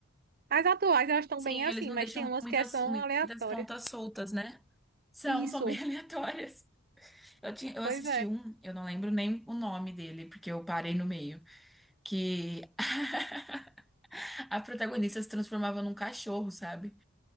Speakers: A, on the right; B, in the centre.
A: As atuais, elas estão
B: Sim,
A: bem assim,
B: eles não
A: mas
B: deixam
A: tem umas
B: muitas,
A: que são
B: muitas
A: aleatórias.
B: pontas soltas, né? São,
A: Isso,
B: são bem <laughs> aleatórias. Eu tinha, eu
A: pois
B: assisti
A: é,
B: um, eu não lembro nem o nome dele, porque eu parei no meio, que <laughs> A protagonista se transformava num cachorro, sabe?